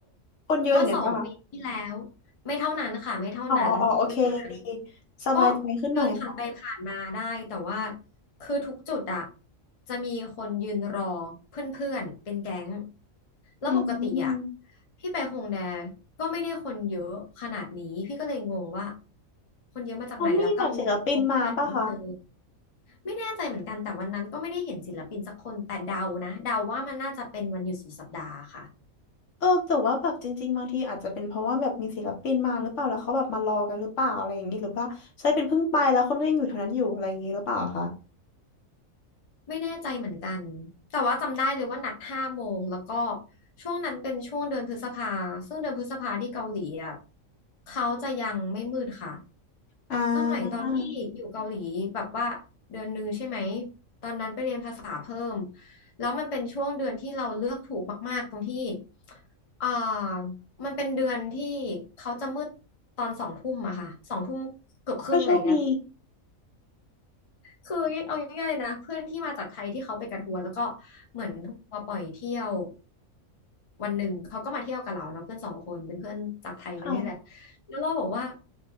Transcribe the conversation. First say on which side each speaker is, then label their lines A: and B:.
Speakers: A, on the left; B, on the left.
A: คนเยอะอย่างนั้นป่ะ
B: เมื่อสองปีที่แล้วไม่เท่านั้นค่ะไม่เท่านั้นไม่เท่านั้น
A: อ๋ออ๋ออ๋อโอเคยังดีสบายใจขึ้นหน่อยค่ะ
B: ก็เดินผ่านไปผ่านมาได้แต่ว่าคือทุกจุดอะจะมีคนยืนรอเพื่อนๆเป็นแก๊งแล้วปกติอะ
A: อืม
B: พี่ไปฮงแดก็ไม่ได้คนเยอะขนาดนี้พี่ก็เลยงงว่าคนเยอะมาจากไหนแล้วกังวลกลัวเพื่อนหาไม่เจอ
A: เขามีแบบศิลปินมาป่ะคะ
B: ไม่แน่ใจเหมือนกันแต่วันนั้นก็ไม่ได้เห็นศิลปินสักคนแต่เดานะเดาว่ามันน่าจะเป็นวันหยุดสุดสัปดาห์ค่ะ
A: เออแต่ว่าแบบจริงๆบางทีอาจจะเป็นเพราะว่าแบบมีศิลปินมาหรือเปล่าแล้วเขาแบบมารอกันหรือเปล่าอะไรอย่างงี้หรือว่าใช่เป็นเพิ่งไปแล้วคนก็ยังอยู่แถวนั้นอยู่อะไรอย่างงี้หรือเปล่าคะ
B: ไม่แน่ใจเหมือนกัน แต่ว่าจำได้เลยว่านัดห้าโมงแล้วก็ช่วงนั้นเป็นช่วงเดือนพฤษภาซึ่งเดือนพฤษภาที่เกาหลีอ่ะเขาจะยังไม่มืดค่ะ
A: อ่
B: สมัยตอนที่อยู่เกาหลีแบบว่าเดือนหนึ่งใช่ไหม
A: า
B: ตอนนั้นไปเรียนภาษาเพิ่ม แล้วมันเป็นช่วงเดือนที่เราเลือกถูกมากๆตรงที่เอ่อมันเป็นเดือนที่เขาจะมืดตอนสองทุ่มอะค่ะสองทุ่มเกือบครึ่งอะไรอย่างเงี้ย
A: ก็โชคดี
B: คือเอาง่ายๆเลยนะเพื่อนที่มาจากไทยที่เขาไปกับทัวร์แล้วก็เหมือนทัวร์ปล่อยเที่ยววันหนึ่งเขาก็มาเที่ยวกับเราเนาะเพื่อนสองคนเป็นเพื่อนจากไทยมานี่แหละ
A: ค่ะ
B: แล้วเราบอกว่า